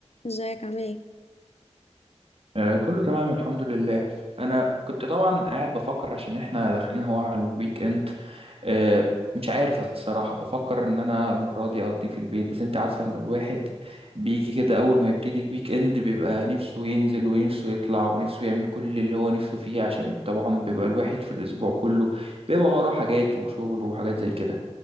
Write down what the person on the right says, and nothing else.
آه، كله تمام الحمد لله انا كنت طبعا قاعد بفكر عشان احنا داخلين هو على الويك اند آه، مش عارف الصراحة بفكر ان انا المرة دي اقضيه في البيت بس انت عارفة ان الواحد بيجي كده اول ما يبتدي الويك اند بيبقى نفسه ينزل ونفسه يطلع ونفسه يعمل كل اللي هو نفسه فيه عشان طبعا بيبقى الواحد في الاسبوع كله بيبقى وراه حاجات وشغله وحاجات زي كده